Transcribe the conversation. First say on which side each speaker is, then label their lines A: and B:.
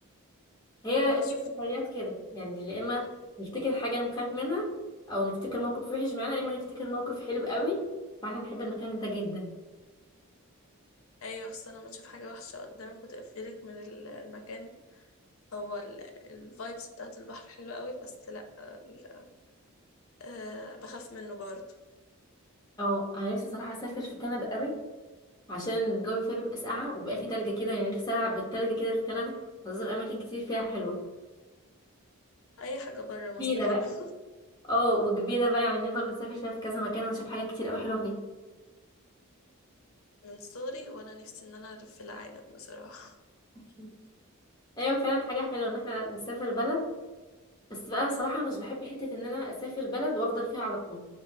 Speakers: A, on the left (about 20°); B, on the left (about 70°).
A: هي
B: اه
A: هي
B: شفت
A: السفريات كده يعني يا اما نفتكر حاجة نخاف منها او نفتكر موقف وحش معانا يا اما نفتكر موقف حلو قوي فاحنا نحب المكان ده جدا
B: ايوه خصوصا لما تشوف حاجة وحشة قدامك وتقفلك من ال- المكان هو الفايبس بتاعت البحر حلوة قوي بس لا ال- أه بخاف منه برضه
A: اه انا نفسي صراحة اسافر في كندا قوي عشان الجو فيها بيبقى ساقعة وبيبقى فيه تلج كده يعني نفسي العب بالتلج كده في كندا وازور اماكن كتير فيها حلوة
B: اي حاجة بره مصر
A: كبيرة
B: حلوة
A: بقى
B: <laughs>
A: اه وكبيرة بقى يعني نقدر نسافر فيها في كذا مكان ونشوف حاجات كتير قوي حلوة فيها
B: من صغري وانا نفسي ان انا الف في العالم بصراحة
A: <laughs> ايوه فعلا حاجة حلوة ان احنا نسافر بلد بس بقى صراحة مش بحب حتة ان انا اسافر بلد وافضل فيها على طول